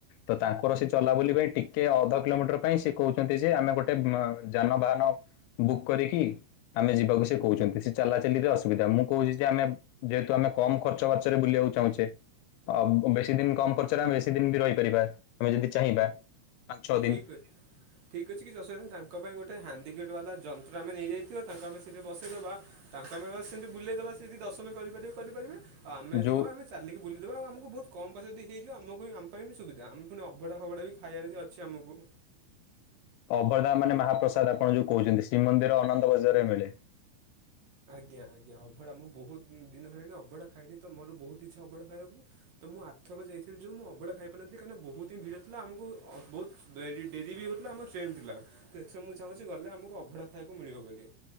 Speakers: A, on the left (about 85°); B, on the right (about 55°).
A: ତ ତାଙ୍କର ସେ ଚଲା ବୁଲି ପାଇଁ ଟିକେ ଅଧ କିଲୋମିଟର ପାଇଁ ସେ କହୁଛନ୍ତି ଯେ ଆମେ ଗୋ ଟେ ମ୍ ଯାନ ବାହାନ ବୁକ୍ କରିକି ଆମେ ଯିବାକୁ ସେ କହୁଛନ୍ତି ସେ ଚାଲାଚଲିରେ ଅସୁବିଧା ମୁଁ କହୁଛି ଯେ ଆମେ ଯେହେତୁ ଆମେ କମ୍ କର୍ଚ୍ଚ ବାର୍ଚରେ ବୁଲିବାକୁ ଚାହୁଁଚେ। ଅବ ଅ ବେଶୀ ଦିନ କମ୍ ପର୍ଚ୍ଚରେ ଆମେ ବେଶୀ ଦିନ ବି ରହିପାରିବା ଆମେ ଯଦି ଚାହିଁବା। ପାଞ୍ଚ ଛଅ ଦିନ
B: ଠିକ୍ ଅଛି। ଠିକ୍ ଅଛି କିଛି ଅସୁବିଧା ନାହିଁ, ତାଙ୍କ ପାଇଁ ଗୋଟେ ହ୍ୟାଣ୍ଡିକେପ୍ଟ ବାଲା ଯନ୍ତ୍ର ଆମେ ନେଇଯାଇଥିବା ତାଙ୍କୁ ଆମେ ସେଇଠି ବସାଇ ଦେବା ତାଙ୍କୁ ଆମେ ବାସ୍ ସେମିତି ବୁଲେଇ ଦବା ସେ ଯଦି ଦର୍ଶନ କରିପାରିବେ କରିପାରିବେ ଆଉ ଆମେ ଯେତିକି
A: ଯୋଉ
B: ହବା ଆମେ ଚାଲିକି ବୁଲି ଦେବା ଆଉ ଆମକୁ ବହୁତ୍ କମ୍ ପଇସା ଜଦି ହେଇଯିବ ଆମକୁ ବି ଆମ ପାଇଁ ବି ସୁବିଧା ଆମେ ଫୁଣି ଅବଢା, ଫବଢା ବି ଖାଇବାରେ ଅ ଛି ଆମୁକୁ।
A: ଅଭଡ଼ା ମାନେ ମହାପ୍ରସାଦ ଆପଣ ଯୋଉ କହୁଛନ୍ତି, ଶ୍ରୀମନ୍ଦିର ଅନନ୍ତ ବଜାରେ ମିଳେ।
B: ଆଜ୍ଞା, ଆଜ୍ଞା, ଅଭଢ଼ା ମୁଁ ବହୁତ୍ ଦିନ ହେଲାଣି ଅବଢ଼ା ଖାଇନିତ ତ ମୋର ବହୁତ୍ ଇଚ୍ଛା ଅବଢ଼ା ଖାଇବାକୁ। ତ ମୁଁ ଆରଥରକ ଯାଇଥିଲି ଯୋଉ ମୁଁ ଅଭଡ଼ା ଖାଇ ପାରିନଥିଲି କାହିଁକିନା ବହୁତ୍ ହିଁ ଭିଡ ଥିଲା ଆମକୁ ବହୁତ୍ ଡେରି ଡେରି ବି ହେଉଥିଲା ଆମର ଟ୍ରେନ୍ ଥିଲା ତ ଏଥର ମୁଁ ଚାହୁଁଛି ଗଲେ ଆମକୁ ଅଭଡା ଖାଇବାକୁ ମିଳିବ ବୋଲି।